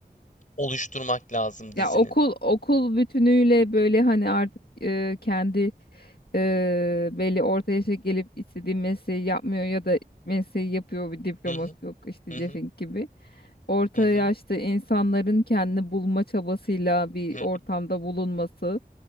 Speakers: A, on the left; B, on the left.
A: oluşturmak lazım
B: Ya
A: dizinin.
B: okul okul bütünüyle böyle hani artık e, kendi e, belli orta yaşa gelip istediği mesleği yapmıyor ya da mesleği yapıyor bir diploması
A: Hı hı,
B: yok işte
A: hı
B: Cefink
A: hı,
B: gibi. Orta
A: hı hı.
B: yaşta insanların kendini bulma çabasıyla bir
A: Hı hı,
B: ortamda bulunması